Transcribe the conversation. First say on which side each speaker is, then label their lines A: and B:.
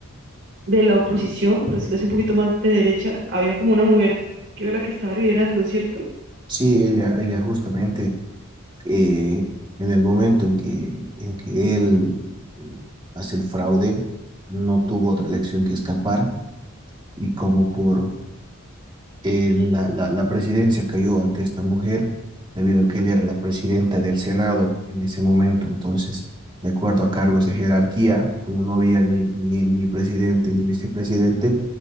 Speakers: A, on the right; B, on the right.
A: de la oposición, por decirlo así, un poquito más de derecha, había como una mujer que era la que estaba liderando, ¿cierto?
B: Sí, ella, ella justamente eh, en el momento en que, en que él eh, hace el fraude, no tuvo otra elección que escapar y como por eh, la, la, la presidencia cayó ante esta mujer debido
A: Ujú.
B: a que ella era la presidenta del Senado en ese momento. Entonces, de acuerdo a cargos de jerarquía, como no había ni, ni, ni presidente ni vicepresidente,